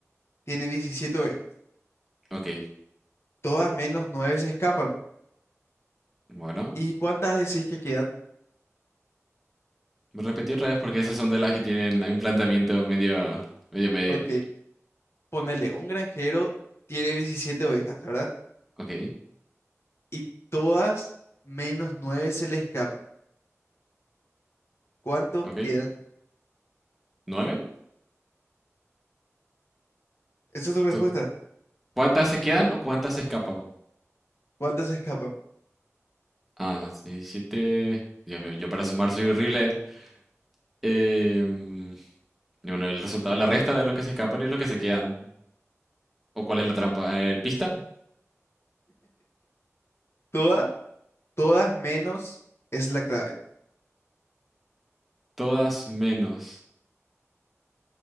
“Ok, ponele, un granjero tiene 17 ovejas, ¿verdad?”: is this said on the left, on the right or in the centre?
Left